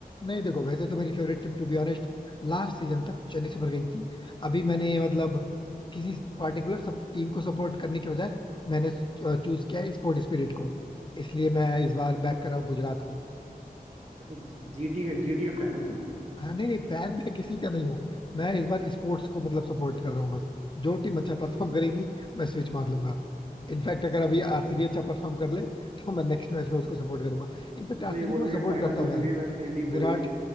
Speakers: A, on the left; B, on the right.
A: नहीं देखो वैसे तो मेरी favourite team to be honest last season तक चेन्नई सुपर किंग्स थी अभी मैंने मतलब किसी पार्टिकुलर सब टीम को सपोर्ट करने के बजाय मैंने चूज किया है स्पोर्ट स्पिरिट को इसलिए मैं इस बार बैक कर रहा हूँ गुजरात को
B: अच्छा जीटी के जीटी के फैन हो तुम
A: हाँ नहीं नहीं फैन मैं किसी का नहीं हूँ मैं इस बार स्पोर्ट्स को मतलब सपोर्ट कर रहा हूँ बस जो टीम अच्छा
B: अच्छा
A: परफॉर्म
B: इस-
A: करेगी मैं स्विच मार लूंगा इनफैक्ट अगर अभी
B: जी
A: आरसीबी अच्छा परफॉर्म कर ले तो मैं नेक्स्ट मैच में उसको सपोर्ट करूंगा इनफैक्ट
B: तुम
A: आरसीबी
B: तो ये बोल
A: को मैं
B: रहे
A: सपोर्ट
B: हो कि फाइनल
A: करता
B: जो
A: हूँ
B: जीती
A: यार
B: है मैं- मेरी टीम
A: विराट
B: वही है